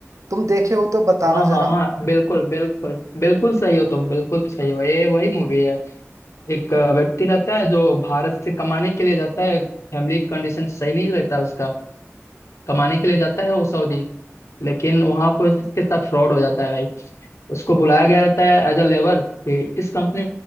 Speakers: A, on the right (about 85°); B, on the left (about 65°).
A: तुम देखे हो तो बताना
B: हाँ
A: जरा
B: हाँ हाँ बिल्कुल बिल्कुल बिल्कुल सही हो तुम बिल्कुल सही हो ये वही मूवी है एक अ, व्यक्ति रहता है जो भारत से कमाने के लिए जाता है फैमिली कंडीशन सही नहीं रहता उसका कमाने के लिए जाता है वो सऊदी लेकिन वहां पर उसके साथ फ्रॉड हो जाता है भाई उसको बुलाया गया रहता है एज अ लेबर कि इस कंपनी